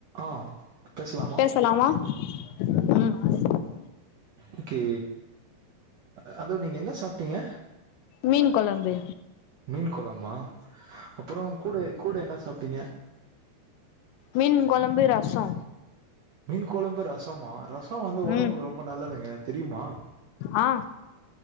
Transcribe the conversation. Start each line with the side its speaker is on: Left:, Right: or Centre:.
Right: ஆ பேசலாமா
Left: பேசலாமா ம்
Right: நாளைக்கி ஹலோ நீங்க என்ன சாப்ட்டீங்க
Left: மீன்கொழம்பு
Right: மீன்கொழம்பா அப்பறோ கூட கூட என்ன சாப்டிங்க
Left: மீன் கொழம்பு ரசோ
Right: மீன் கொழம்பு ரசமா ரசோ வந்து ஒடம்புக்கு
Left: ம்
Right: ரொம்ப நல்லதுங்க தெரியுமா
Left: ஆ